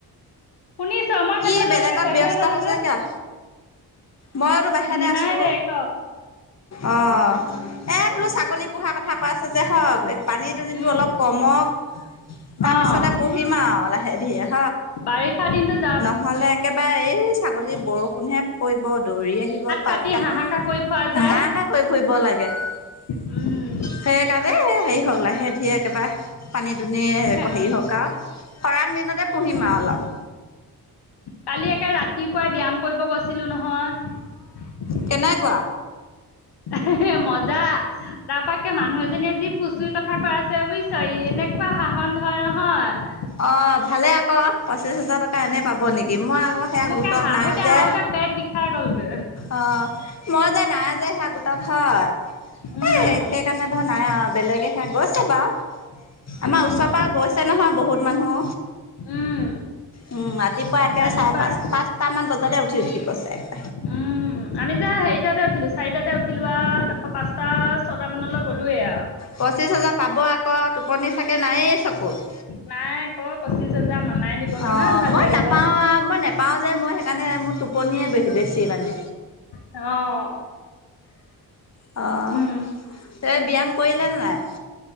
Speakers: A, on the left; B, on the left.
A: শুনিছ মই
B: কি
A: হেল্ল হেল্ল
B: বেলেগত
A: কৰি বাহিৰ
B: ব্যস্ত
A: পালোগৈ
B: হৈছ কিয় মইওতো বাহিৰতে
A: নাই
B: আছো
A: দে ক
B: অ এ বোলো ছাগলী পোহাৰ কথা কৈ আছে যে হক পানী দুনিটো
A: উম
B: অলপ কমক তাৰপিছতে
A: অ
B: পুহিম আৰু লাহে হেৰিয়া
A: বাৰিষা দিনতো যে
B: নহলে একেবাৰে এই ছাগলী বৰষুণ হে পৰিব দৌৰি আহিব পাত
A: কাটি
B: কাত
A: হাহাকাৰ কৰি খোৱা
B: হাঁহ
A: যায়
B: কাহ কৈ ফুৰিব লাগে যে
A: উম
B: সেই কাৰণ এই হেৰি হওঁক লাহে দিহে একেবাৰে পানী দুনি হেৰি
A: হে
B: হওক আও খৰাং দিনতে পুহিম
A: উম
B: আৰু অলপ।
A: কালি একে ৰাতিপুৱাই ব্যায়াম কৰিব গৈছিলোঁ নহয়।
B: কেনেক কোৱা
A: হে হে মজা তাৰাপাকে মানুহ এজনীয়ে যি ফুচুৰিৰ কথা কৈ আছে বুইছ এনেকোৱা সাহন ধৰণ হয়
B: অ ভালে আকৌ পঁচিশ হাজাৰ টকা এনে পাব। ব নেকি মই আকৌ সেয়া
A: মোক
B: গোটত
A: এ হাহুতে
B: নাই যে
A: হাহুতে পেট বিষাই গ'লগৈ।
B: অ', মই যায় নাই যে সেয়াতো গো হয়
A: উম
B: এ সেইকাৰণে ধৰ নাই আও বেলেগে হে গৈছে বাৰু আমাৰ
A: উম
B: ওচৰৰ পৰা গৈছে নহয় বহুত মানুহ
A: উম
B: উম ৰা তিপুৱা এক
A: ৰাতিপুৱাই
B: চাৰে পাঁচ পাঁচটামান বজা তাতে উঠি ঠিক আছে
A: উম আমি যে হেৰিটাতে উঠিলো চাৰিটাতে উঠিলোৱাও অ পাঁচটা ছয়টা মানলৈ গ'লোয়ে আও
B: পঁচিশ হাজাৰ পাব আকৌ টোপনি চাগে নায়েই চকুত
A: নাই আকৌ পঁচিশ হাজাৰ মামাই দিব কিমান
B: অঁ
A: ভাল
B: মই
A: লাগিব।
B: নাপাওঁ মই নেপাওঁ যে মই সেইকাৰণে মোৰ টোপনিয়েই বেহি বেছি মানে
A: অ
B: হো অ
A: উম।
B: ব্যায়াম কৰিলেনে নাই